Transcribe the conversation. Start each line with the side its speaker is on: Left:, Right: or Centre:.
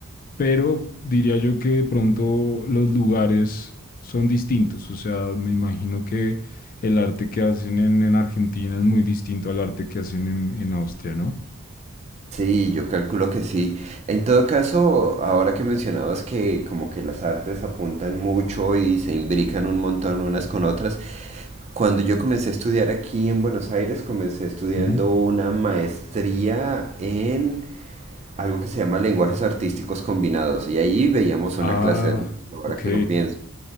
Left: Pero diría yo que de pronto los lugares son distintos, o sea, me imagino que el arte que hacen en, en Argentina es muy distinto al arte que hacen en, en Austria, ¿no?
Right: Sí, yo calculo que sí. En todo caso, ahora que mencionabas que como que las artes apuntan mucho y se imbrican un montón unas con otras, Cuando yo comencé a estudiar aquí en Buenos Aires, comencé estudiando
Left: Ujú.
Right: una maestría en algo que se llama lenguajes artísticos combinados. Y ahí veíamos
Left: Ah,
Right: una clase de música, ahora
Left: ok,
Right: que lo pienso.